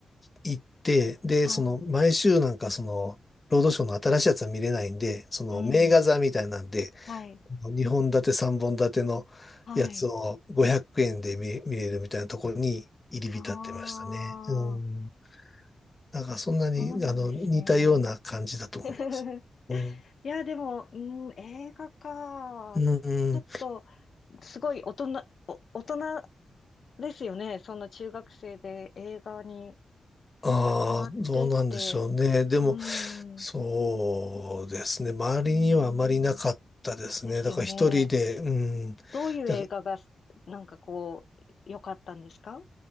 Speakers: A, on the left (about 20°); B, on the left (about 50°).
A: 行って、で、
B: はい、
A: その、毎週なんかその、ロードショーの新しいやつは見れないんで、その、
B: うん、
A: 名画座みたいなんで、
B: はい、
A: 2本立て、3本立てのやつを500円で見、
B: はい。
A: 見れるみたいなところに入り浸ってましたね。
B: ああ、
A: うん。なんかそんなに、
B: そうなんですね。
A: あの、似たような感じだと思います。
B: <laughs>
A: うん。
B: いや、でも、うん、映画か。
A: うん、うん。
B: ちょっと、すごい大人、お大人ですよね。そんな中学生で映画に
A: ああ、
B: ハマってって。
A: どうなんでしょうね。でも、
B: うん。
A: そうですね。周りにはあまりなかったですね。
B: うーんですよね。
A: だから一人で、うん。
B: どういう映画が、
A: だ
B: なんかこう、良かったんですか